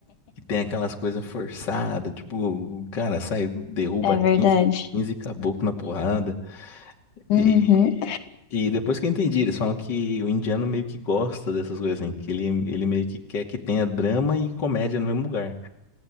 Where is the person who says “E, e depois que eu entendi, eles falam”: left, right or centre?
Left